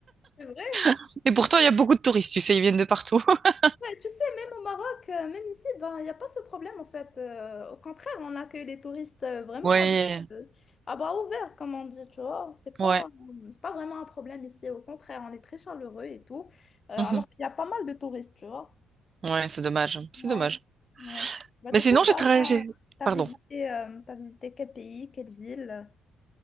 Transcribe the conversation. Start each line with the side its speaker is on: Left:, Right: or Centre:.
Left: C'est vrai.
Right: <laughs> Et pourtant il y a beaucoup de touristes, tu sais, ils viennent de partout. <laughs>
Left: Ouais, tu sais, même au Maroc, euh, même ici, ben, il n'y a pas ce problème en fait. Euh, au contraire, on accueille les touristes euh, vraiment
Right: Ouais,
Left: avec, euh, à bras ouverts, comme on dit, tu vois. C'est pas,
Right: ouais,
Left: c'est pas vraiment un problème ici. Au contraire, on est très chaleureux et tout. Euh, alors
Right: mhm.
Left: qu'il y a pas mal de touristes, tu vois.
Right: Ouais, c'est dommage, c'est
Left: Ouais,
Right: dommage.
Left: ouais. Bah, du
Right: Mais sinon
Left: coup,
Right: j'ai
Left: toi,
Right: très,
Left: t'as,
Right: j'ai-
Left: t'as
Right: pardon.
Left: visité, euh, t'as visité quel pays, quelle ville?